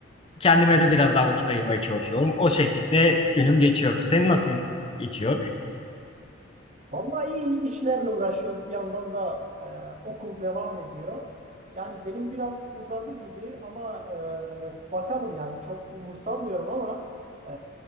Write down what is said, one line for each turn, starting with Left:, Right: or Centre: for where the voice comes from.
Left: Kendime de biraz daha vakit ayırmaya çalışıyorum. O şekilde günüm geçiyor. Senin nasıl geçiyor?
Right: Vallahi iyi işlerle uğraşıyoruz. Bir yandan da e, okul devam ediyor. Yani benim biraz uzadı gibi ama e, bakalım yani çok umursamıyorum ama e,